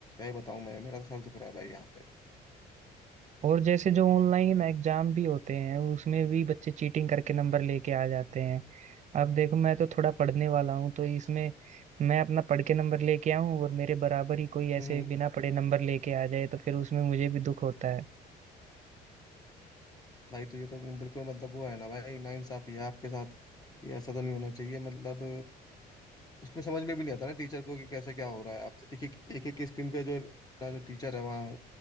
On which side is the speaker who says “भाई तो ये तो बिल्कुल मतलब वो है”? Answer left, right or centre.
Left